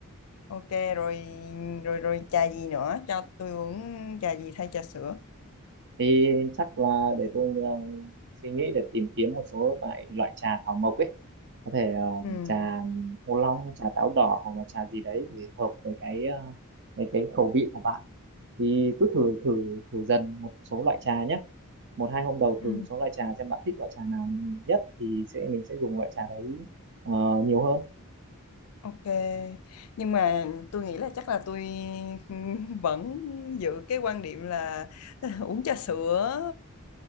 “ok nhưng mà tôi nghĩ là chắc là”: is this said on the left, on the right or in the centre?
Left